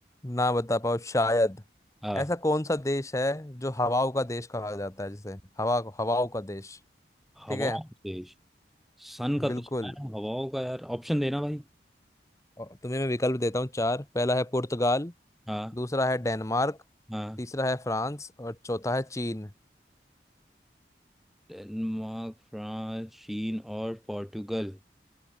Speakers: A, on the left; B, in the centre.
A: ना बता पाओ शायद
B: हाँ हाँ।
A: ऐसा कौन सा देश है जो हवाओं का देश कहा जाता है जिसे हवा हवाओं का देश
B: हवाओं
A: ठीक है
B: का देश सन का तो
A: बिल्कुल
B: सुना है हवाओं का यार ऑप्शन देना भाई
A: और तुम्हें मैं विकल्प देता हूँ चार पहला है पुर्तगाल
B: हाँ
A: दूसरा है डेनमार्क
B: हाँ
A: तीसरा है फ्रांस और चौथा है चीन
B: डेनमार्क फ्रांस चीन और पोर्टुगल